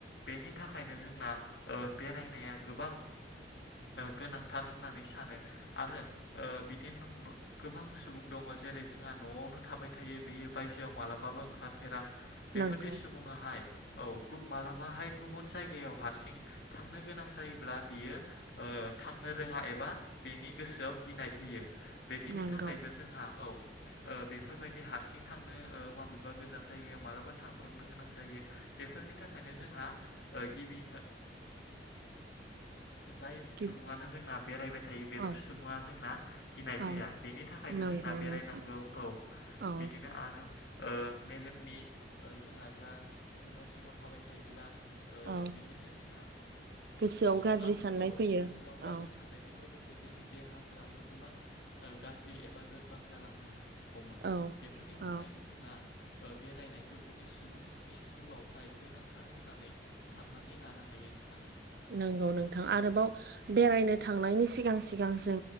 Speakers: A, on the left; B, on the right.
A: बेनि थाखायनो जोंना बेरायनाया गोबां गोनांथार होननानै सानो आरो बि दिन गोबां सुबुं दङ जेरै जोंहा न'आवनो थाबाय थायो बेयो बायजोआव मालाबाबो ओंखारफेरा बेफोरदि
B: नंगौ
A: सुबुङाहाय औ मालाबाहाय गुबुन जायगायाव हारसिं थांनो गोनां जायोब्ला बियो ओ थांनो रोङा एबा बेनि गोसोआव गिनाय फैयो बिदिनि
B: नंगौ
A: थाखायबो जोंहा ओ ओ बेफोरबायदि हारसिं थांनो माबेबा गोजान जायगायाव मालाबा थांब्रबनो गोनां जायो बेफोरनि थाखायनो जोंहा गिबि जाय सुबुङानो
B: गि-
A: जोंना बेरायबाय थायो बेफोर
B: औ
A: सुबुङा जोंना गिनाय
B: औ
A: फैया बेनि थाखायबो
B: नंगौ
A: जोंना बेरायनांगौ
B: नोंथां
A: औ
B: औ
A: बिदिनो आरो मेलेमनि जोंहा जा न' सिङाव थाबाय थायोब्ला
B: औ
A: बिदिनो जोंना सुबुङा
B: गोसोआव गाज्रि साननाय
A: औ
B: फैयो
A: गोसोआव गाज्रि
B: औ
A: साननायजों लोगोसे जोंनि देहाफोराबो गोबां गाज्रि एबा लोरबां जालांनो हायो हमो
B: औ
A: बेफोरनि थाखायनो
B: औ
A: जोंना बेरायनायखौ जोङो सुबुंसिनि जिउआवहाय गोनांथार होननानै साननानै लानो हायो नोंथां।
B: नंगौ नोंथां आरोबाव
A: औ
B: बेरायनो थांनायनि सिगां सिगां जों